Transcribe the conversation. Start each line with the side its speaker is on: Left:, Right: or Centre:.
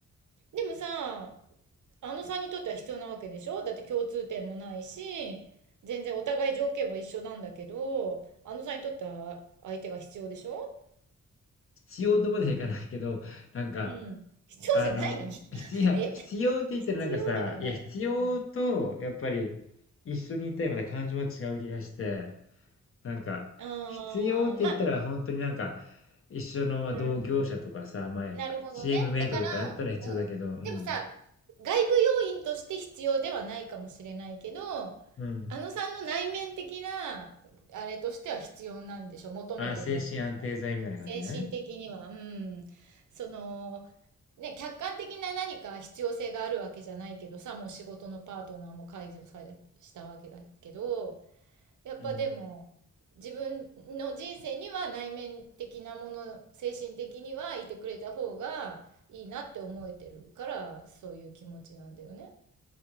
Right: でもさ、あのさんにとっては必要なわけでしょだって共通点もないし、全然お互い条件は一緒なんだけど、あのさんにとっては相手が必要でしょ
Left: 必要とまではいかないけど、なんか、
Right: うん。必要じゃないの
Left: あの、必要、
Right: <laughs>
Left: いや必要って言ったらなんかさ、
Right: え必要でもない。
Left: いや、必要と、
Right: うん、
Left: やっぱり、一緒にいたいまた感情は違う気がして、なんか、
Right: ああ、
Left: 必要って言ったら本当になんか、
Right: まあ、
Left: 一緒のまあ同業者とかさ、
Right: うん
Left: まあ、
Right: なるほどね。
Left: チームメイトとかだったら必要だけど、
Right: だから、うん。
Left: うん。
Right: でもさ、外部要因として必要ではないかもしれないけど、あ
Left: うん。
Right: のさんの内面的な、あれとしては必要なんでしょ求めてるわけだから。
Left: あ、精神安定剤みたいな感じね。
Right: 精神的には、うん。その、ね、客観的な何か必要性があるわけじゃないけどさ、もう仕事のパートナーも解除されしたわけだけど、やっぱでも自分の人生には内面的なもの、
Left: うん。
Right: 精神的にはいてくれた方がいいなって思えてるから、そういう気持ちなんだよね。